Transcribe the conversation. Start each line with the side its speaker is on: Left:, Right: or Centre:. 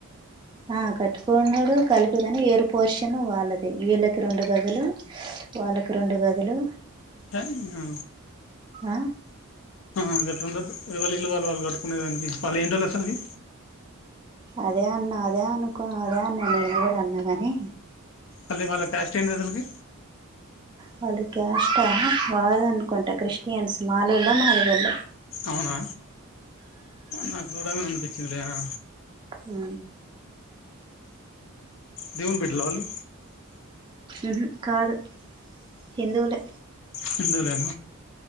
Right: ఆ కట్టుకున్నారు కలిపి గాని ఎవరి పోర్షన్ వాళ్ళదే. వీళ్ళకి రెండు గదులు వాళ్ళకి రెండు గదులు
Left: అట్నా
Right: ఆ
Left: ఆ గట్లా ఉండదు. ఎవరిళ్ళు వాళ్ళు వాళ్లు కట్టుకునే దానికి, వాళ్ళు ఏంటో వాళ్ళు అసలుకి
Right: అదే అన్న అదే అనుకో అదే అన్న నేను కూడా అన్నా కాని
Left: అలి ఇ వాళ్ళ క్యాస్ట్ ఏంది అసలుకి?
Right: వాళ్ళది క్యాస్ట్ ఆ వాళ్ళు అనుకుంటా క్రిస్టియన్స్ మాలల్లో, మాదిగొల్లో
Left: అవునా నాకు చూడంగా అనిపించందిలే రా
Right: ఉ
Left: దవును బిడ్ల అలు
Right: ఉహు కాదు హిందువులే
Left: హిందువులైన